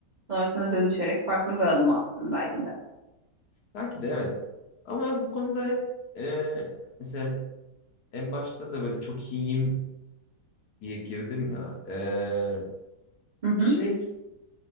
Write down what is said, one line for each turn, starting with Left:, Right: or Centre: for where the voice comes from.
Right: sonrasında dönüşerek farklı bir adım attın belki de.
Left: Belki de evet. Ama bu konuda hep e, mesela en başta da böyle çok iyiyim diye girdim ya. E,
Right: Hı hı.
Left: şey